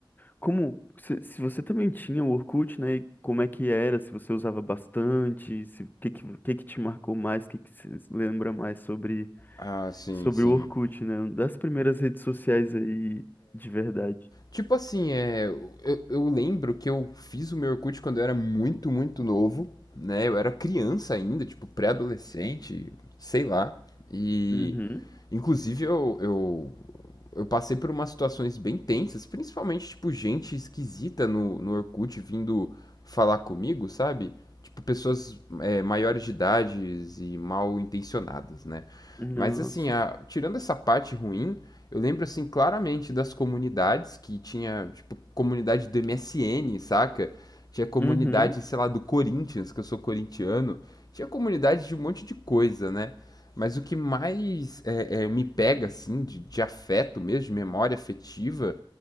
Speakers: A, on the left (about 20°); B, on the left (about 50°).
A: Como se, se você também tinha o Orkut, né? e Como é que era? Se você usava bastante, se, o que, que, o que que te marcou mais, o que que você se lembra mais sobre,
B: Ah, sim,
A: sobre
B: sim.
A: o Orkut, né? Uma das primeiras redes sociais aí de verdade.
B: Tipo assim, é. Eu, eu lembro que eu fiz o meu Orkut quando eu era muito, muito novo, né? Eu era criança ainda, tipo, pré-adolescente, sei lá. E.
A: Uhum.
B: Inclusive, eu, eu eu passei por umas situações bem tensas, principalmente, tipo, gente esquisita no, no Orkut vindo falar comigo, sabe? Tipo, pessoas é, maiores de idades e mal intencionadas, né?
A: Nossa.
B: Mas assim, a- tirando essa parte ruim, eu lembro assim claramente das comunidades que tinha, tipo, comunidade do MSN, saca? Tinha comunidade,
A: Uhum.
B: sei lá, do Corinthians, que eu sou corintiano. Tinha comunidade de um monte de coisa, né? Mas o que mais é, é, me pega, assim, de, de afeto mesmo, de memória afetiva,